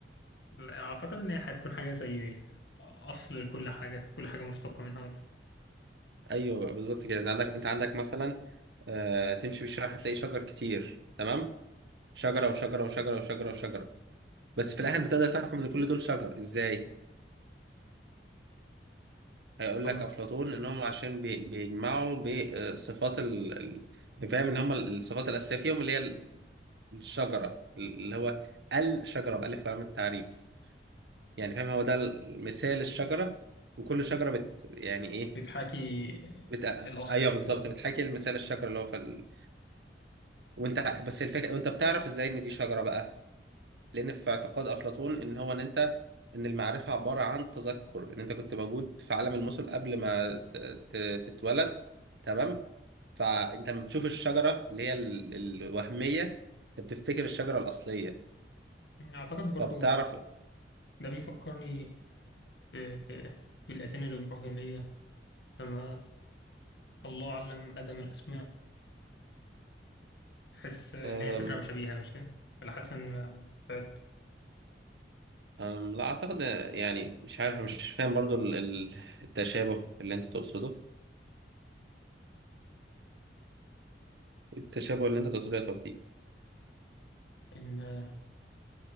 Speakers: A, on the left (about 75°); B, on the right (about 75°).
A: لا، أعتقد إن هي هتكون حاجة زي أصل لكل حاجة كل حاجة مشتقة منها ولا إيه؟
B: ايوه بالظبط كده انت عندك انت عندك مثلا آه، تمشي في الشارع هتلاقي شجر كتير تمام شجره وشجره وشجره وشجره وشجره بس في الاخر بتقدر تحكم ان كل دول شجر ازاي هيقول
A: طبعاً.
B: لك افلاطون انهم عشان بي- بيجمعوا بصفات ال... ال- يعني فاهم ان هم الصفات الاساسيه فيهم اللي هي ال- الشجره اللي هو الشجره بالف لام التعريف يعني فاهم هو ده مثال الشجره وكل شجره بت يعني ايه
A: بتحاكي
B: بت...
A: الأصل
B: ايوه بالظبط بتحكي المثال الشجره اللي هو في ال... وانت بس الفكره وانت بتعرف ازاي ان دي شجره بقى لان في اعتقاد افلاطون ان هو ان انت ان المعرفه عباره عن تذكر ان انت كنت موجود في عالم المثل قبل ما ت- ت- تتولد تمام فانت لما بتشوف الشجره اللي هي ال- الوهميه انت بتفتكر الشجره الاصليه
A: أعتقد برضو
B: فبتعرف
A: ده بيفكرني ب- ب- بالأديان الإبراهيمية لما الله علم آدم الأسماء تحس إن
B: أم
A: هي فكرة مشابهة مش كده؟ ولا حاسس إن بتاعت
B: أم لا اعتقد يعني مش عارف مش فاهم برضو ال- ال- التشابه اللي انت تقصده التشابه اللي انت تقصده يا توفيق
A: إن